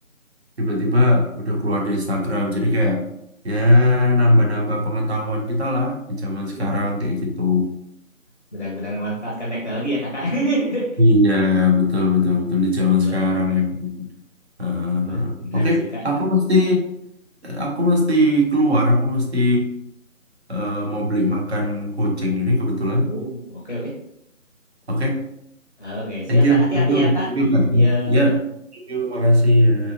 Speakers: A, on the right; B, on the left.
A: tiba-tiba udah keluar di Instagram jadi kayak ya nambah-nambah pengetahuan kita lah di zaman sekarang
B: Uh,
A: kayak gitu
B: benar-benar memanfaatkan teknologi ya Kakak <laughs>
A: iya betul betul betul di zaman
B: ben
A: sekarang ya Heeh,
B: ben,
A: heeh.
B: benar
A: oke
B: sih Kak
A: aku mesti aku mesti keluar aku mesti eh, mau beli makan kucing ini kebetulan
B: oh oke oke
A: oke
B: oke
A: thank
B: siap
A: you
B: Kak hati-hati
A: thank you
B: ya Kak
A: thank you Kak
B: ya
A: ya thank you makasih ya